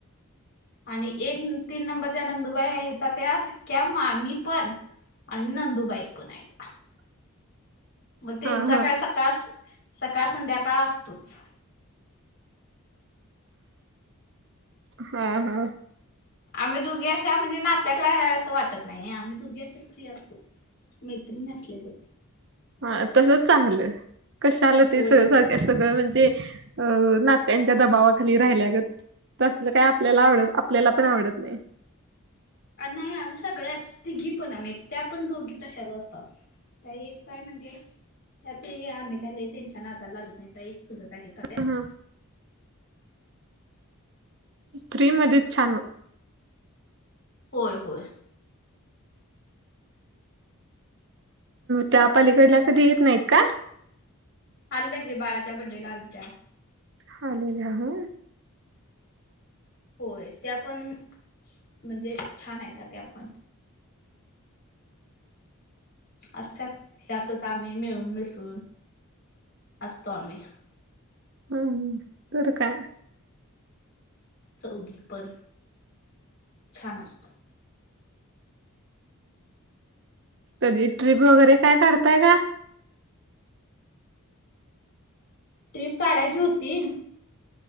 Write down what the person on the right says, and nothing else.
हा हा
हा हा
हा तसच चांगलं कशाला ते
स
सगळ - सगळं म्हणजे अ नात्यांच्या दबावाखाली राहिल्यागत तसलं काय आपल्याला आवडत आपल्याला पण आवडत नाही
ह प्रिम अ दिित छान <unintelligible>
त्यापालीकडला कधी येत नाहीत का
हालेल्या ह
हम् ह तर काय
कधी ट्रीिप वगैरे काय करताय का